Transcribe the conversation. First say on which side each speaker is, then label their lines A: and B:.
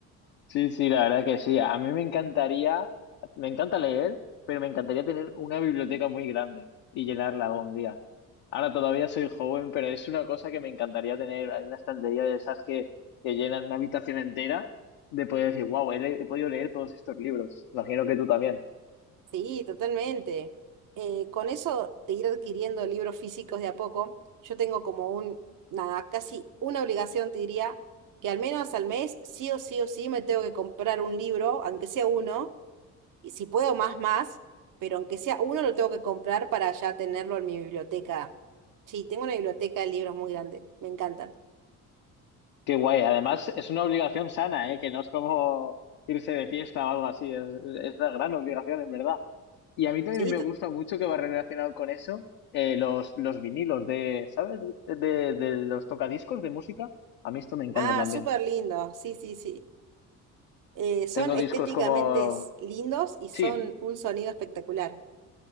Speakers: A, on the left; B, on the right.
A: Sí, sí, la verdad que sí. A mí me encantaría, me encanta leer, pero me encantaría tener una biblioteca muy grande y llenarla algún día. Ahora todavía soy joven, pero es una cosa que me encantaría tener. Hay una estantería de esas que, que llenan una habitación entera de poder decir, wow, he, le- he podido leer todos estos libros. Imagino que tú también.
B: Sí, totalmente. Eh, con eso de ir adquiriendo libros físicos de a poco, yo tengo como un, nada, casi una obligación, te diría, que al menos al mes, sí o sí o sí, me tengo que comprar un libro, aunque sea uno, y si puedo más, más, pero aunque sea uno, lo tengo que comprar para ya tenerlo en mi biblioteca. Sí, tengo una biblioteca de libros muy grande, me encantan.
A: Qué guay. Además, es una obligación sana, ¿eh? Que no es como irse de fiesta o algo así. Es, es una gran obligación, en verdad. Y a mí también
B: Sí,
A: me
B: to-
A: gusta mucho que va relacionado con eso, eh, los, los vinilos de, ¿sabes? De, de los tocadiscos de música. A mí esto me encanta
B: ah,
A: también.
B: súper lindo, sí, sí, sí. Eh, son
A: Tengo
B: estéticamente
A: discos como...
B: s- lindos y son
A: Sí,
B: un sonido espectacular.